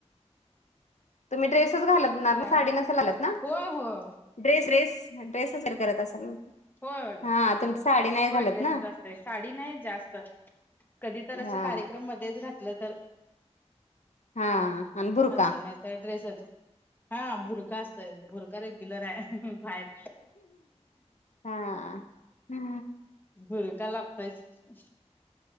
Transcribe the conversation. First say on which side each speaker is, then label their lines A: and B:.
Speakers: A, on the left; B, on the left.
A: तुम्ही ड्रेसच घालत... असणार
B: काय
A: ना. साडी नेसालेत ना.
B: होय होय
A: ड्रेस ड्रेस सर करत असेल ना....
B: होयं.. होयं..
A: हा तुमची साडी नाही
B: होय
A: घालत
B: ड्रेसचं
A: ना
B: असतंय. साडी नाही जास्त..... कधी तर असं
A: हा
B: कार्यक्रम मध्येच घातलं तर.....
A: हा आणि बुरका
B: असं नाही तर ड्रेसच.... हा भुरखा असतयं. भुर्खा रेगुलर आहे बाहेर.....
A: हा हा
B: भुर्खाका लागतायचं....